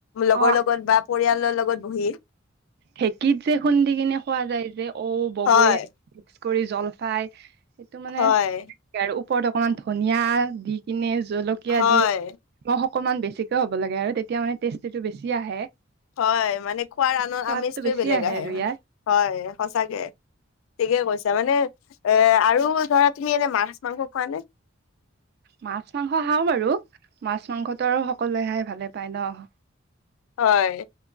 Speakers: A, on the left; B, on the right.
A: লগৰ
B: অ
A: লগত বা পৰিয়ালৰ লগত বহি-
B: ধেকীত যে খুন্দি কিনে খোৱা যায় যে ঔ, বগৰী-
A: হয়
B: মিক্স কৰি জলফাই সেইটো মানে
A: হয়
B: আৰু ওপৰত অকমান ধনীয়া দি কিনে জলকীয়া
A: হয়
B: দি নিমক অকমান বেছিকে হ'ব লাগে আৰু তেতিয়া মানে টেষ্টিটো বেছি আহে।
A: হয়ঁ মানে খোৱাৰ আনৰ
B: সোৱাদটো
A: আমেজটোয়ে
B: বেছি
A: বেলেগ আহে
B: আৰু ইয়াৰ
A: হয় সঁচাকে। ঠিকে কৈছা মানে এ আৰু ধৰা তুমি এনে মাছ মাংস খোৱা নে?
B: মাছ মাংস খাওঁ বাৰু মাছ মাংসটো সকলোৱে খাই ভালে পায় ন।
A: হয়ঁ